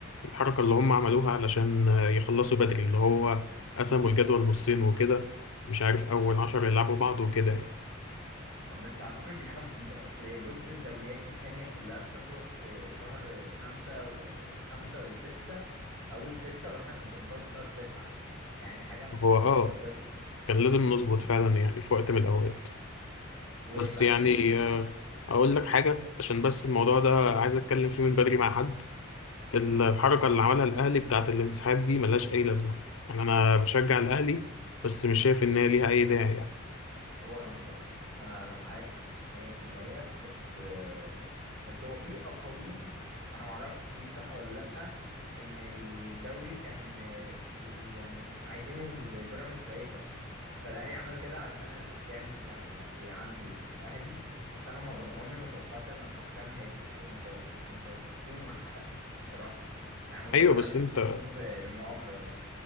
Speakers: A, on the left (about 70°); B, on the right (about 70°).
A: الحركة اللي هم عملوها علشان يخلصوا بدري اللي هو قسموا الجدول نصين وكده مش عارف أول عشر يلعبوا بعض وكده يعني
B: بس على فكرة دي حاجة مفيدة أصل إيه، بص الدوريات التانية كلها بتخلص في شهر خمسة ونص خمسة وستة أول ستة وإحنا كنا بنخلص في شهر تسعة يعني حاجة ما كانتش
A: هو اه
B: منطقية
A: كان لازم نظبط فعلا يعني في وقت من الأوقات
B: وبعدين
A: بس يعني
B: بص
A: آه، أقول لك حاجة عشان بس الموضوع ده عايز أتكلم فيه من بدري مع حد ال- الحركة اللي عملها الأهلي بتاعت الانسحاب دي ملهاش أي لازمة يعني أنا بشجع الأهلي بس مش شايف إن هي ليها أي داعي يعني
B: هو انا الصراحه انا انا معاك 100% بس بس هو في اقاويل انا معرفش دي صح ولا لا ان الدوري كان بي يعني عايزينه البيراميدز باي شكل فالاهلي عمل كده علشان الحكام كانوا بيعندوا في الاهلي بس انا ما بط... عمري ما توقعت ان الحكام هيبقوا متو... متواطئين مع حد بصراحه يعني ما
A: أيوه
B: بقتنعش
A: بس أنت
B: باسلوب المؤامره ده